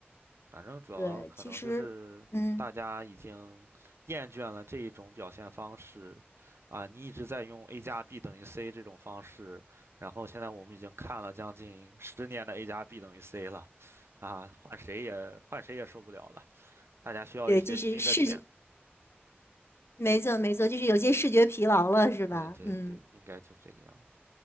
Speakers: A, on the right; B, on the left.
A: 反正主要可能就是大家已经厌倦了这一种表现方式
B: 对，其实，嗯，
A: 啊，你一直在用 a 加 b 等于 c 这种方式，然后现在我们已经看了将近十年的 a 加 b 等于 c 了，啊，换谁也换谁也受不了了，大家需要一些新的点
B: 对，就是视觉，没错没错，就是有些视觉疲劳了，是吧？
A: 对对对，
B: 嗯，
A: 应该就是这个样子。